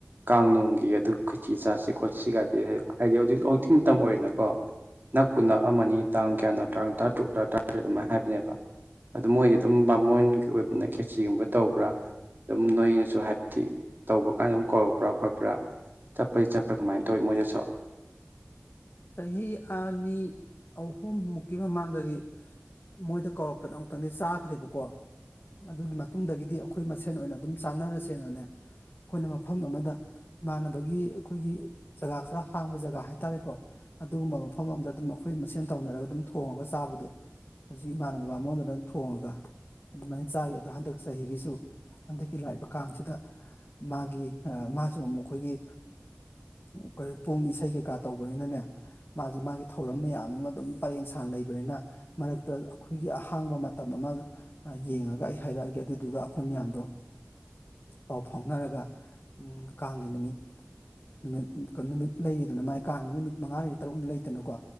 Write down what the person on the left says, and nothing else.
ꯆꯍꯤ ꯑꯅꯤ ꯑꯍꯨꯝꯃꯨꯛꯀꯤ ꯃꯃꯥꯡꯗꯗꯤ ꯃꯣꯏꯗ ꯀꯧꯔꯛꯇꯅ ꯑꯃꯨꯛꯇꯪꯗꯤ ꯆꯥꯈ꯭ꯔꯦꯕꯀꯣ ꯑꯗꯨꯒꯤ ꯃꯇꯨꯡꯗꯒꯤꯗꯤ ꯑꯈꯣꯏ ꯃꯁꯦꯟ ꯑꯣꯏꯅ ꯑꯗꯨꯝ ꯆꯥꯟꯅꯔꯁꯦꯅꯅꯦ ꯑꯈꯣꯏꯅ ꯃꯐꯝ ꯑꯃꯗ ꯏꯃꯅꯕꯒꯤ ꯑꯈꯣꯏꯒꯤ ꯖꯒꯥ ꯈꯔ ꯍꯥꯡꯕ ꯖꯒꯥ ꯍꯥꯏꯇꯥꯔꯦꯀꯣ ꯑꯗꯨꯒꯨꯝꯕ ꯃꯐꯝ ꯑꯗ ꯑꯗꯨꯝ ꯑꯈꯣꯏ ꯃꯁꯦꯟ ꯇꯧꯅꯔꯒ ꯑꯗꯨꯝ ꯊꯣꯡꯉꯒ ꯆꯥꯕꯗꯣ ꯍꯧꯖꯤꯛ ꯏꯃꯥꯟꯅꯕ ꯕꯃꯣꯟꯗꯨꯅ ꯊꯣꯡꯉꯒ ꯑꯗꯨꯃꯥꯏꯅ ꯆꯥꯏ ꯑꯗꯣ ꯍꯟꯗꯛ ꯆꯍꯤꯒꯤꯁꯨ ꯍꯟꯗꯛꯀꯤ ꯂꯥꯛꯏꯕ ꯀꯥꯡꯁꯤꯗ ꯃꯥꯒꯤ ꯑ ꯃꯥꯁꯨ ꯑꯃꯨꯛ ꯑꯈꯣꯏꯒꯤ ꯎ ꯑꯈꯣꯏ ꯄꯨꯡ ꯏꯁꯩ ꯀꯩꯀꯥ ꯇꯧꯕ ꯕꯅꯤꯅꯅꯦ ꯃꯥꯁꯨ ꯃꯥꯒꯤ ꯊꯧꯔꯝ ꯃꯌꯥꯝ ꯑꯃ ꯑꯗꯨꯝ ꯄꯔꯦꯡ ꯁꯥꯟꯅ ꯂꯩꯕꯅꯤꯅ ꯃꯔꯛꯇ ꯑꯈꯣꯏꯒꯤ ꯑꯍꯥꯡꯕ ꯃꯇꯝ ꯑꯃ ꯑ ꯌꯦꯡꯉꯒ ꯑꯩ ꯍꯥꯏꯔꯛꯑꯒꯦ ꯑꯗꯨꯗꯨꯒ ꯑꯈꯣꯏ ꯃꯌꯥꯝꯗꯣ ꯄꯥꯎ ꯐꯥꯎꯅꯔꯒ ꯎꯝ ꯀꯥꯡꯒꯤ ꯅꯨꯃꯤꯠ <unintelligible> ꯅꯨꯃꯤꯠ ꯂꯩꯔꯤꯗꯅ ꯃꯥꯏ ꯀꯥꯡꯉꯤ ꯅꯨꯃꯤꯠ ꯃꯉꯥꯅꯤ ꯇꯔꯨꯛꯅꯤ ꯂꯩꯇꯅꯀꯣ